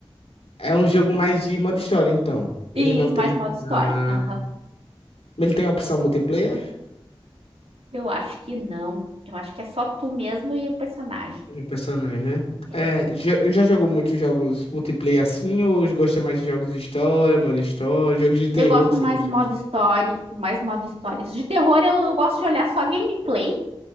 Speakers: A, on the left; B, on the right.
A: é um jogo mais de modo história, então.
B: e
A: Ele não
B: isso,
A: tem.
B: mais modo história.
A: Ah.
B: Aham.
A: Mas Ele tem a opção multiplayer?
B: Eu acho que não. Eu acho que é só tu mesmo e o personagem.
A: Tem personagem, né?
B: É.
A: É, já, já jogou muitos jogos multiplayer assim, ou gosta mais de jogos de história, modo história, jogos de terror
B: Eu gosto
A: que você
B: mais
A: gosta
B: modo
A: bastante?
B: história, mais modo histórias. De terror, eu, eu gosto de olhar só gameplay